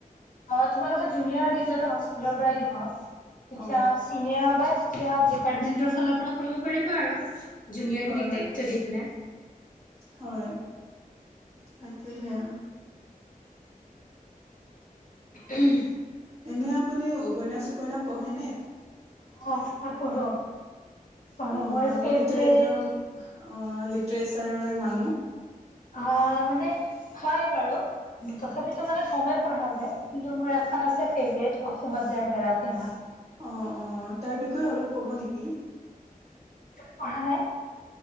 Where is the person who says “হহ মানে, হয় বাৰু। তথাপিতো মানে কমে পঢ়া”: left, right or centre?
Left